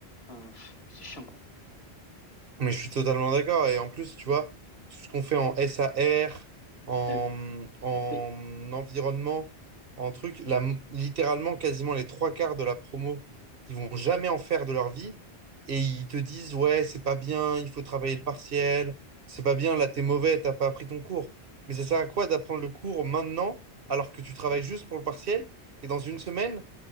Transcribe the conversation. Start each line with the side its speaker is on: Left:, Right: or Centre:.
Left: Enfin, pff, c'est chiant, quoi.
Right: Mais je suis totalement d'accord. Et en plus, tu vois, tout ce qu'on fait en SAR, en,
Left: Ouais,
Right: en
Left: mais-
Right: environnement, en truc, la, littéralement, quasiment les trois quarts de la promo, ils vont jamais en faire de leur vie. Et ils te disent, ouais, c'est pas bien, il faut travailler le partiel, c'est pas bien, là, t'es mauvais, t'as pas appris ton cours. Mais ça sert à quoi d'apprendre le cours maintenant, alors que tu travailles juste pour le partiel, et dans une semaine,